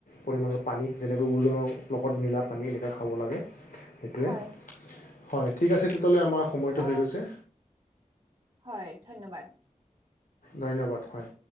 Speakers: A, on the left; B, on the right.
A: পৰিমাণৰ পানী যেনেকৈ ওজনৰ লগত মিলা পানী এনেকৈ খাব লাগে। সেইটোৱে
B: হয়
A: হয় ঠিক আছে তেতিয়াহ'লে আমাৰ সময়টো
B: আ
A: হৈ গৈছে।
B: হয় ধন্যবাদ।
A: ধন্যবাদ হয়।